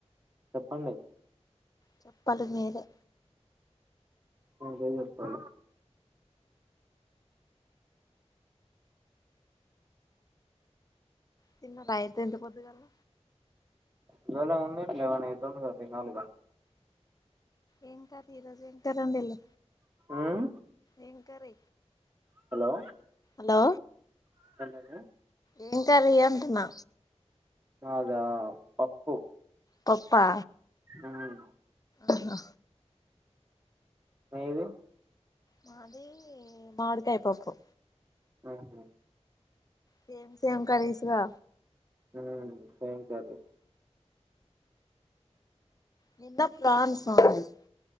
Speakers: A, on the right; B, on the left.
A: చెప్పండి.
B: చెప్పాలి మీరే
A: అదే చెప్పాలి
B: తిన్నరా అయితే ఇంత పొద్దుగాల
A: ఇవాళ ఉంది లెవెన్ అయితాందిగా తినాల్ ఇగ
B: ఏం కర్రీ ఈరోజు ఏం కర్రీ వండిన్లు
A: మ్
B: ఏం కర్రీ
A: హలో
B: హలో
A: <unintelligible>
B: ఏం కర్రీ అంటున్నా
A: మాదా పప్పు
B: పప్పా
A: అవును
B: ఆహా
A: మీరు
B: మాదీ మామిడికాయ పప్పు
A: ఆహా
B: సేమ్ సేమ్ కర్రీస్గా
A: హ్ సేమ్ కర్రీ
B: నిన్న ప్లాన్ <inaudible>